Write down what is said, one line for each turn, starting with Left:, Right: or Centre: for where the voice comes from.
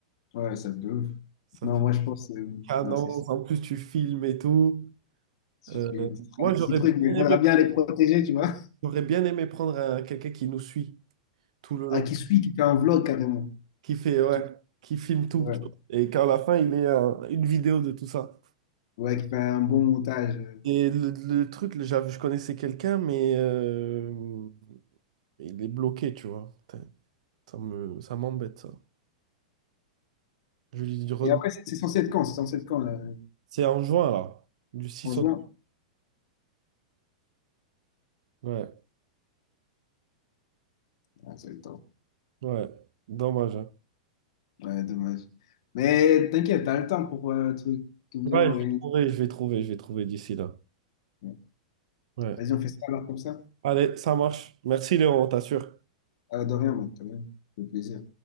Left: Ouais, ça de ouf.
Right: Ça
Left: Non, moi, je pense... euh,
Right: cadence,
Left: Non, c'est...
Right: en plus tu filmes et tout.
Left: Si
Right: Euh,
Left: tu feras
Right: moi,
Left: des petits
Right: j'aurais
Left: trucs,
Right: bien
Left: mais il faudra
Right: aimé,
Left: bien les protéger, tu vois.
Right: j'aurais bien aimé prendre un- quelqu'un qui nous suit tout le
Left: Ah,
Right: long,
Left: qui suit, qui fait un vlog carrément.
Right: qui fait, ouais,
Left: C'est tout.
Right: qui filme tout,
Left: Ouais.
Right: tu vois. Et qu'à la fin, il ait un- une vidéo de tout ça.
Left: Ouais, qui fait un bon montage. euh.
Right: Et le, le truc, le- j'avais- je connaissais quelqu'un, mais euh, il est bloqué, tu vois. Putain, Ça me, ça m'embête, ça. Je lui dis, redemande.
Left: Et après, c'est c'est censé être quand? C'est censé être quand, là?
Right: c'est en juin, là, du 6
Left: En juin?
Right: au... Ouais,
Left: Ah, c'est le temps.
Right: ouais, dommage. hein.
Left: Ouais, dommage. Mais t'inquiète, t'as le temps pour euh, le truc qui est bien
Right: Ouais,
Left: organisé.
Right: je vais trouver, je vais trouver, je vais trouver d'ici là.
Left: Ouais.
Right: Ouais.
Left: Vas-y, on fait ça alors comme ça.
Right: Allez, ça marche. Merci Léon, on t'assure.
Left: Ah, de rien, mec, de rien. Ça fait plaisir.